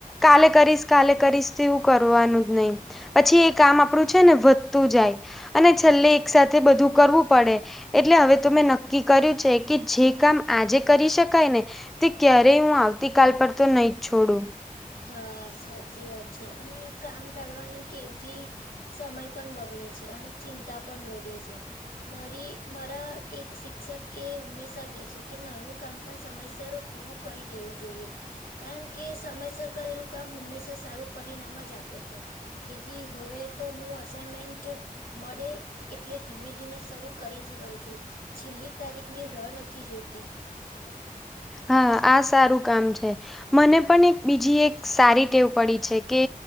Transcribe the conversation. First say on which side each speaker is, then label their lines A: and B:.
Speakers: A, in the centre; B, on the left (about 80°).
A: કાલે કરીશ, કાલે કરીશ તેવું કરવાનું જ નહી. પછી એ કામ આપડું છે ને, વધતું જાય. અને છેલ્લે એક સાથેથે બધું કરવું પડે. એટલે હવે ત મે નક્કી કર્યું છે કે, જે કામ આજે કરી શકાય ને. તે ક્યારેય હું આવતી કલ પર તો નહી જ છોડું.
B: હા સાચી વાત છે. અને કામ ટાળવાની ટીવથી. સમય પણ બગડે છે. અને ચિંતા પણ વધે છે. મારી મારા એક શિક્ષક એ હંમેશા કેહે છે, કે નાનું કામ પણ સમયસર પૂરું. કરી દેવું જોઈએ. કારણ કે, સમયસર કરેલું કામ, હંમેશા સારું પરિણામ જ આપે છે. તેથી, હવે તો હું અસાઈનમેન્ટ. મળે એટલે, ધીમે ધીમે શરૂ કરી જ દઉં છું. છેલ્લી તારીખ ની રાહ નથી જોતી.
A: હા! આ સારું કામ છે. મને પણ એક બીજી એક સારી ટેવ પડી છે કે.